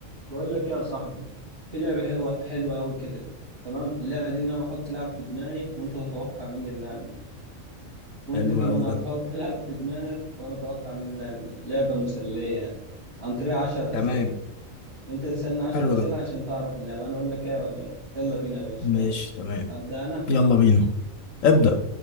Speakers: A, on the right; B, on the left.
A: بقول لك يا صاحبي في لعبة حلوة حلوة أوي كده تمام اللعبة دي إن أنا بحط لاعب في دماغي وأنت تتوقع مين اللاعب ده وأنت
B: حلو
A: كمان
B: أوي
A: هتحط
B: ده
A: <laughs> لاعب في دماغك وأنا أتوقع مين اللاعب ده لعبة مسلية يعني عن طريق عشر
B: تمام
A: أسئلة أنت تسألني عشر
B: حلو
A: أسئلة
B: ده
A: عشان تعرف اللعبة أنا أقول لك إيه ولا لأ. يلا بينا يا باشا
B: ماشي
A: يلا
B: تمام
A: أبدأ أنا
B: يلا بينا ابدأ